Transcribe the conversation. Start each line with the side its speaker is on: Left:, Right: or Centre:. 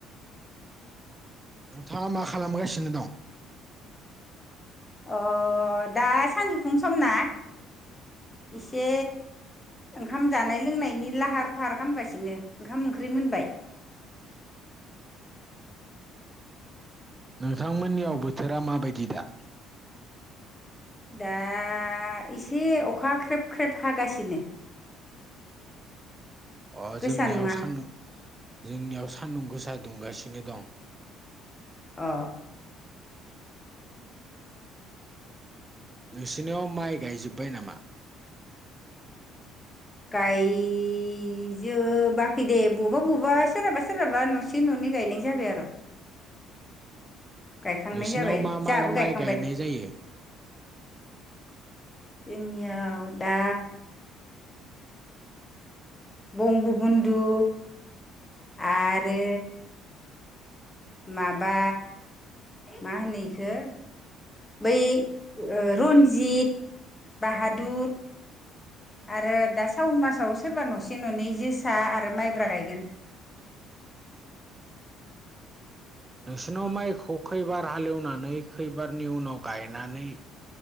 Right: नोंथाङा मा खालामगासिनो दं
Left: अ दा सानजौफुनि सम ना एसे ओंखाम जानाय लोंनायनि लाहार फाहार खालामगासिनो ओंखाम ओंख्रि मोनबाय
Right: नोंथांमोननियाव बोथोरा माबायदि दा
Left: दा एसे अखा ख्रेब ख्रेब हागासिनो <inaudible>
Right: अ
Left: गोसा
Right: जोंनियाव
Left: नङा
Right: सानदुं जोंनियाव सानदुं गोसा दुंगासिनो दं
Left: अ
Right: नोंसिनियाव माइ गायजोब्बाय नामा
Left: गायजोबोबाखै दे बबेबा बबेबा सोरहाबा सोरहाबा न' से न'नै गायनाय जाबाय आरो गायखांनाय
Right: नोंसिनाव
Left: जाबाय
Right: मा मा
Left: जोंहाबो
Right: माइ
Left: गायखांबाय
Right: गायनाय जायो
Left: जोंनियाव दा बंग' बुधु आरो माबा मा होनो इखौ बै रन्जित बाहादुर आरो दा सावन मासाव सोरबा न'से न'नै जोसा आरो माइब्रा गायगोन
Right: नोंसिोरनाव माइखौ खैबार हालेवनानै खैबारनि उनाव गायनानै